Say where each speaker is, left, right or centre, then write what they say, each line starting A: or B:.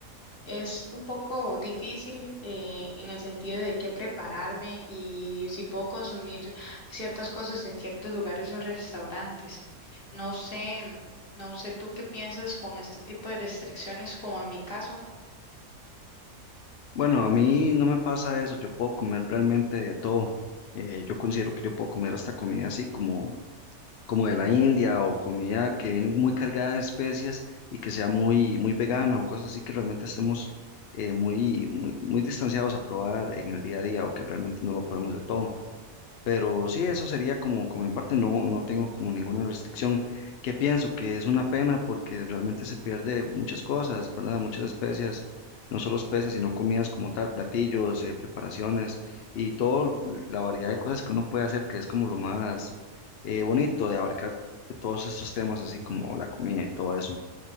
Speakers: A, on the left; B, on the left.
A: es un poco difícil eh, en el sentido de qué prepararme y si puedo consumir ciertas cosas en ciertos lugares o restaurantes. No sé, no sé tú qué piensas con este tipo de restricciones, como en mi caso.
B: Bueno, a mí no me pasa eso, yo puedo comer realmente de todo. Eh, yo considero que yo puedo comer hasta comida así como como de la India o comida que viene muy cargada de especias y que sea muy, muy vegana o cosas así que realmente estemos eh, muy, muy, muy distanciados a probar en el día a día o que realmente no lo probemos del todo. Pero sí, eso sería como, como mi parte, no, no tengo como ninguna restricción que pienso que es una pena porque realmente se pierde muchas cosas, ¿verdad? Muchas especies, no solo especies, sino comidas como tal, platillos, eh, preparaciones y toda la variedad de cosas que uno puede hacer, que es como lo más eh, bonito de abarcar de todos estos temas, así como la comida y todo eso.